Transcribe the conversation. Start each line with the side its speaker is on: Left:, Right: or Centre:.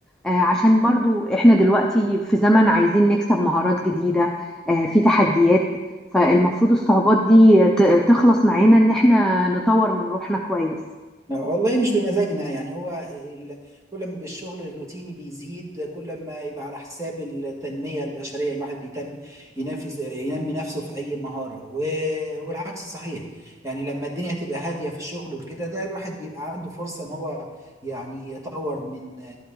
Centre: آه عشان برضو احنا دلوقتي في زمن عايزين نكسب مهارات جديدة آه في تحديات فالمفروض الصعوبات دي ت- تخلص معانا ان احنا نطور من روحنا كويس
Right: والله مش بمزاجنا يعني هو ال... كل ما بالشغل الروتيني بيزيد كل ما يبقى على حساب التنمية البشرية الواحد يتم ينفذ ينمي نفسه في أي مهارة و... والعكس صحيح يعني لما الدنيا تبقى هادية في الشغل وكده ده الواحد بيبقى عنده فرصة إن هو يعني يطور من